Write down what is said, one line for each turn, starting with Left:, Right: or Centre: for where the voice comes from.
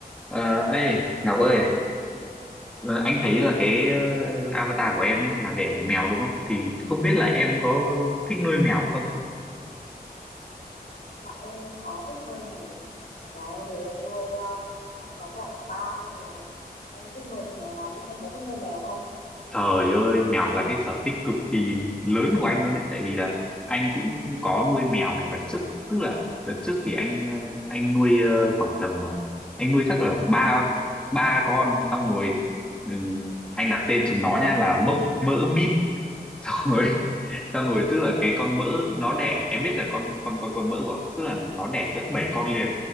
Centre: Ờ, ê, Ngọc ơi, ờ, anh thấy là cái ờ, avatar của em ấy là để ảnh mèo đúng không? Thì không biết là em có thích nuôi mèo không?
Left: Dạ em có thích nuôi mèo. Ở nhà em thì em nuôi ờ, đang có khoảng 3 con mèo. Em thích nuôi chúng nó lắm. Anh có thích nuôi mèo không?
Centre: Trời ơi, mèo là cái sở thích cực kỳ lớn của anh luôn đấy. Tại vì là anh cũng có nuôi mèo này và trước, tức là đợt trước thì anh ờ, anh nuôi ờ, khoảng tầm ờ, anh nuôi chắc là ba ba con xong rồi ừ, anh đặt tên chúng nó nha là Mốc, Mỡ, Mít <laughs> Tao ngồi tức là cái con mỡ nó đẻ em biết là con con con con mỡ rồi tức là nó đẻ tận 7 con liền